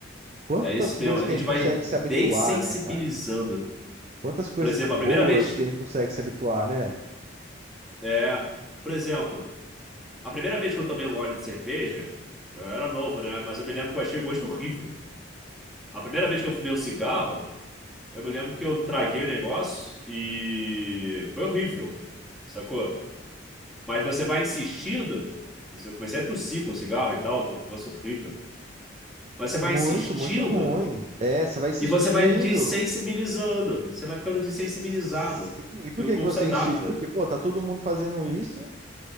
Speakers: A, on the right; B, in the centre.
A: quantas
B: é isso
A: coisas
B: mesmo. A
A: que
B: gente
A: a gente
B: vai
A: consegue
B: dessensibilizando.
A: se habituar, né, cara? Quantas coisas
B: Por exemplo,
A: boas
B: a primeira vez.
A: que a gente consegue se habituar, né?
B: É, por exemplo, a primeira vez que eu tomei um gole de cerveja, eu era novo, né? Mas eu me lembro que eu achei o gosto horrível. A primeira vez que eu fumei um cigarro, Eu me lembro que eu traguei o negócio e foi horrível, sacou? Mas você vai insistindo. Eu comecei a tossir com o cigarro e tal, foi um negócio horrível. Mas você vai
A: Muito,
B: insistindo
A: muito ruim. É, você vai insistindo.
B: e você vai desensibilizando. Você vai ficando desensibilizado,
A: Sim, e
B: porque
A: por
B: o
A: que
B: corpo
A: que você
B: se adapta.
A: insiste? Porque, pô, tá todo mundo fazendo isso,